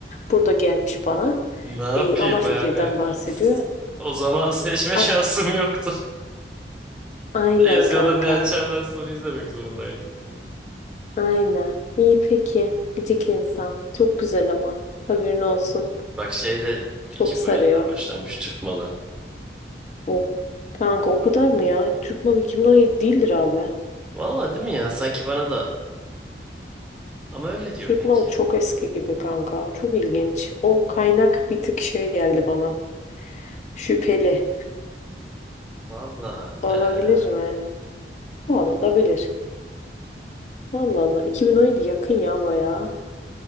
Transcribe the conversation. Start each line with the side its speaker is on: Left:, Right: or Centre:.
Left: burada gelmiş bana.
Centre: Ne yapayım
Left: E, ana fikirden
Centre: abi?
Left: bahsediyor.
Centre: O zaman seçme
Left: Ah,
Centre: şansım yoktu. <laughs>
Left: aynen
Centre: Televizyonda
Left: kanka.
Centre: ne açarlarsa onu izlemek zorundaydım.
Left: Aynen. İyi peki. Gıcık insan. Çok güzel ama. Haberin olsun.
Centre: Bak şey de 2017'de
Left: Çok sarıyor.
Centre: başlanmış Türk malı.
Left: O, kanka o kadar mı ya? Türk malı 2017 değildir abi.
Centre: Valla değil mi ya? Sanki bana da ama öyle diyor
Left: Türk
Centre: kanki.
Left: malı çok eski gibi kanka. Çok ilginç. O kaynak bir tık şey geldi bana. Şüpheli.
Centre: Valla
Left: Olabilir
Centre: eee
Left: mi? Olabilir. Allah Allah. 2017 yakın ya bayağı.